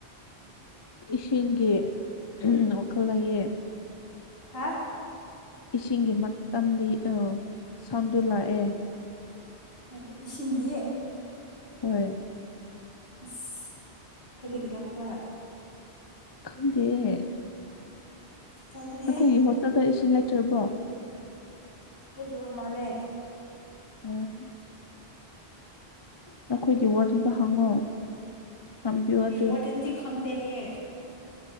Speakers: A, on the left; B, on the left.
A: ꯏꯁꯤꯡꯒꯤ ꯋꯥꯈꯜ ꯂꯩꯌꯦ
B: ꯍꯥ
A: ꯏꯁꯤꯡꯒꯤ ꯃꯇꯝꯗꯤ ꯑꯣ ꯁꯥꯎꯟꯗꯨ ꯂꯥꯑꯦ
B: ꯑꯣ ꯏꯁꯤꯡꯒꯤ
A: ꯍꯣꯏ
B: ꯑꯁ ꯀꯔꯤꯒꯤ ꯂꯥꯛꯕ꯭ꯔꯥ
A: ꯈꯪꯗꯦꯌꯦ
B: ꯇꯜꯂꯦꯍꯦ
A: ꯅꯈꯣꯏꯒꯤ ꯍꯣꯁꯇꯦꯜꯗ ꯏꯁꯤꯡ ꯂꯩꯇ꯭ꯔꯕꯣ
B: ꯂꯩꯇꯕ ꯃꯥꯂꯦ
A: ꯎꯝ ꯅꯈꯣꯏꯒꯤ ꯋꯥꯔꯗꯦꯟꯗ ꯍꯪꯉꯣ ꯍꯪꯕꯤꯌꯣ
B: ꯑꯦ
A: ꯑꯗꯨ
B: ꯋꯥꯔꯗꯦꯟꯗꯤ ꯈꯪꯗꯦ ꯍꯥꯢꯌꯦ